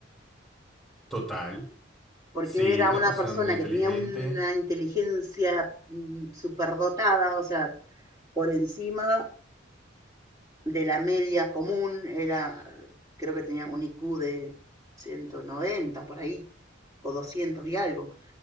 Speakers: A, in the centre; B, on the right (about 20°).
A: Total.
B: porque
A: Sí,
B: era
A: una
B: una
A: persona
B: persona
A: muy inteligente.
B: que tenía una inteligencia mm, superdotada, o sea, por encima de la media común, era, creo que tenía un IQ de 190 por ahí, o 200 y algo.